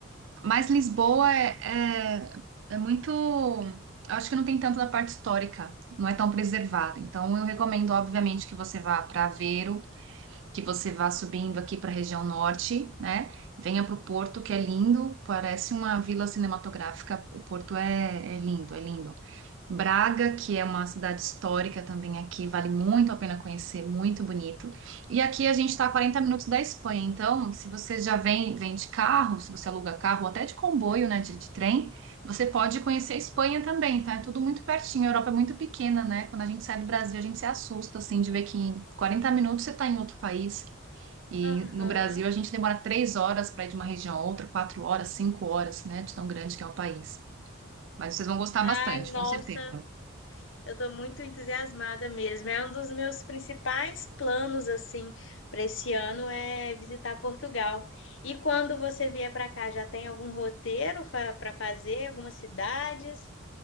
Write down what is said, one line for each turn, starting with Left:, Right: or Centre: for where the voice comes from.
Right: Mas Lisboa é, é, é muito. eu Acho que não tem tanto da parte histórica, não é tão preservada. Então, eu recomendo, obviamente, que você vá para Aveiro, que você vá subindo aqui para a região norte, né? Venha para o Porto, que é lindo, parece uma vila cinematográfica. O Porto é, é lindo, é lindo. Braga, que é uma cidade histórica também aqui, vale muito a pena conhecer, muito bonito. E aqui a gente está a 40 minutos da Espanha, então, se você já vem, vem de carro, se você aluga carro, ou até de comboio, né, de, de trem, você pode conhecer a Espanha também, tá? É tudo muito pertinho, a Europa é muito pequena, né? Quando a gente sai do Brasil, a gente se assusta, assim, de ver que em 40 minutos você está em outro país. E
Left: Aham.
Right: no Brasil, a gente demora três horas para ir de uma região a outra, quatro horas, cinco horas, né, de tão grande que é o país. Mas vocês vão gostar
Left: Ai,
Right: bastante,
Left: nossa,
Right: com certeza.
Left: eu tô muito entusiasmada mesmo. É um dos meus principais planos assim para esse ano é visitar Portugal. E quando você vier para cá, já tem algum roteiro para fazer, algumas cidades?